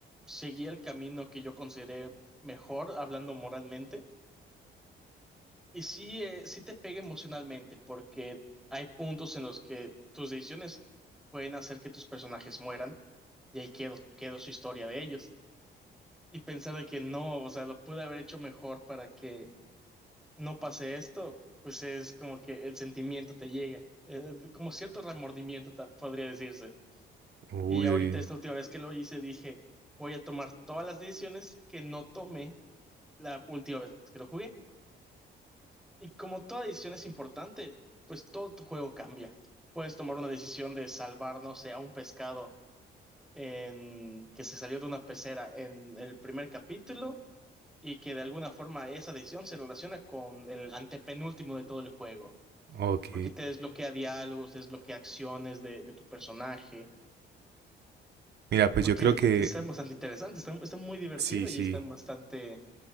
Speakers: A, in the centre; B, on the right.
A: seguí el camino que yo consideré mejor hablando moralmente. Y sí, eh, sí te pega emocionalmente, porque hay puntos en los que tus decisiones pueden hacer que tus personajes mueran, y ahí quedó, quedó su historia de ellos. Y pensar de que no, o sea, lo pude haber hecho mejor para que no pase esto, pues es como que el sentimiento te llega, eh, como cierto remordimiento, tan- podría decirse.
B: Uy,
A: Y ahorita
B: oye,
A: esta última vez que lo hice, dije, voy a tomar todas las decisiones que no tomé la última vez que lo jugué. Y como toda decisión es importante, pues todo tu juego cambia. Puedes tomar una decisión de salvar, no sé, a un pescado en... que se salió de una pecera en el primer capítulo y que de alguna forma esa decisión se relaciona con el antepenúltimo de todo el juego,
B: ok.
A: porque te desbloquea diálogos, te desbloquea acciones de, de tu personaje,
B: Mira, pues
A: porque
B: yo creo que
A: está bastante interesante, está, está muy divertido
B: sí, sí.
A: y está bastante...